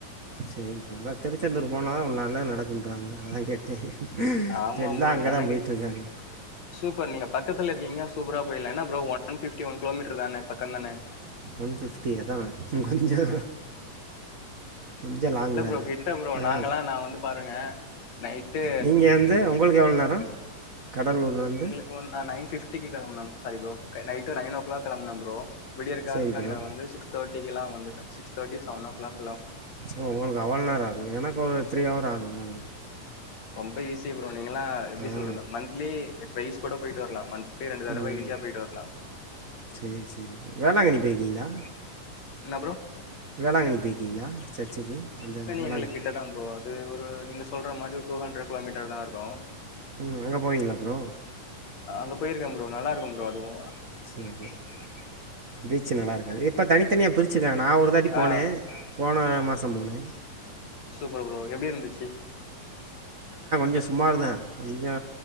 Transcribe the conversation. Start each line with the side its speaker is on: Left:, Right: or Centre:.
Right: சேரி ப்ரோ திருச்செந்தூர் போ னாதா உ நல்லா நடக்குன்றாங்க அதா கேட்டே இப்ப
Left: ஆமா
Right: எல்லா
Left: ப்ரோ
Right: அங்கதா
Left: எனக்கு
Right: போய்ட்ருக்காங்க
Left: சூப்பர் நீங்க பக்கத்துல இருக்கீங்க சூப்பரா போயிலா என்னா bro one fifty one kilometre தான பக்கந்தான
Right: ஒன் பிஃப்டி அதா ம் கொஞ்சோ கொஞ்சோ லாங்க்
Left: இல்ல
Right: தா
Left: ப்ரோ கிட்ட ப்ரோ நாங்கெல்லா
Right: ஆ
Left: நான் வந்து பாருங்க நைட்டு
Right: நீங்க வந்து உங்களுக்கு எவ்ள் நேரோ கடலூர்லேருந்து
Left: எங்களுக்கு வந் நா நைன் ஃபிப்டிக்கு கெளம்பன சாரி ப்ரோ க நைட்டு நைன் ஓ க்ளாக் கெளம்ப்ன ப்ரோ விடியற்கால
Right: சேரி ப்ரோ
Left: அங்க வந்து சிக்ஸ் தேட்டிக்கெலா வந்துட்ட சிக்ஸ் தேட்டி சவனோ ஓ க்ளாக்
Right: ஒ உங்களுக்கு அவள் நேர ஆகுது எனக் ஒரு த்ரீ ஹவர் ஆகு <unintelligible>
Left: ரொம்ப ஈஸி ப்ரோ நீங்கலா எப்டி
Right: ஆ
Left: சொல்றது மந்த்லி ட்வைஸ் கூட போய்ட்டு வர்லா மந்த் லி ரெண்டு தடவ
Right: ம்
Left: ஈஸியா போய்ட்டு வர்லா
Right: சேரி சேரி ப்ரோ வேளாங்கண்ணி போய்ற்க்கீங்ளா
Left: இன்னா ப்ரோ
Right: வேளாங்கண்ணி போய்ற்க்கீங்ளா சர்ச்சுகு அந்த வேளாங்கண்ணி
Left: எங்களுக்கு கிட்ட தான் ப்ரோ அது ஒரு நீங்க சொல்ற மாரி டூ ஹண்ட்ர கிலோமீட்டர் தா இருக்கு
Right: ம் அங்க போவீங்களா ப்ரோ
Left: அங்க போயிருக்கே ப்ரோ நல்லா இருக்கு ப்ரோ அதுவு
Right: <unintelligible> பீச்சு நல்லா இருக்காது இப்ப தனித்தனியா பிரிச்சிருக்கா நா ஒரு தாட்டி
Left: ஆ
Right: போனே போன மாசோ போனே
Left: சூப்பர் ப்ரோ எப்டி இருந்துச்சு
Right: கொஞ்சு சுமாரு தா கொஞ்சோ